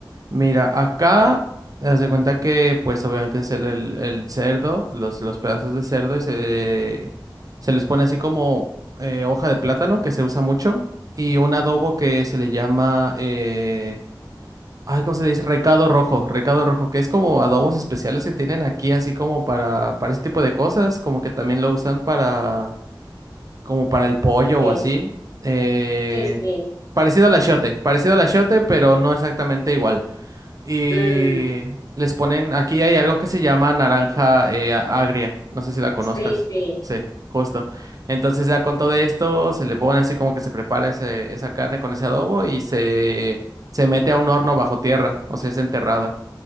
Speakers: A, on the right; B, on the left.
A: Mira, acá haz de cuenta que, pues, obviamente es el, el- el cerdo, los, los pedazos de cerdo y se, se les pone así como eh, hoja de plátano que se usa mucho y un adobo que se le llama, eh, ay, ¿cómo se le dice? Recado rojo, recado rojo, que es como adobos especiales que tienen aquí así como para para ese tipo de cosas, como que también lo usan para como para el pollo
B: Sí,
A: o así. Eh,
B: sí, sí.
A: parecido al achiote, parecido al achiote, pero no exactamente igual. Y
B: Mm,
A: les ponen, aquí hay algo que se llama naranja eh, a- agria, no sé si la conozcas.
B: sí, sí.
A: Sí, justo. Entonces ya con todo esto se le pone así como que se prepara ese- esa carne con ese adobo y se, se mete a un horno bajo tierra, o sea, es enterrada.